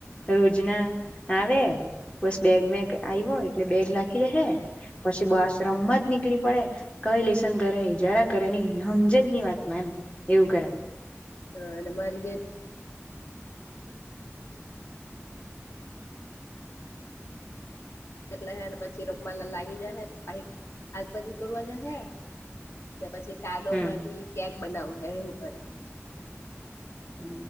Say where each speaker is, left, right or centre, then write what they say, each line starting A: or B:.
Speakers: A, on the left; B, on the left.
A: રોજના આવે બસ બેગ મેગ આવ્યો એટલે બેગ નાખી દેહે પછી બ આશ્રમમાં જ નીકળી પડે કઈ લેસન કરે ન જરા કરે નહી સમજે જ ની વાત મેમ એવું કરે
B: હ અને મા બેન <unintelligible> અને પછી રમવામા લાગી જાય હ <unintelligible> આગભાજી તોરવા જ હે પછી ટાડો
A: હમ
B: માંથી કેક બનાવો હે એવું કરે.
A: હ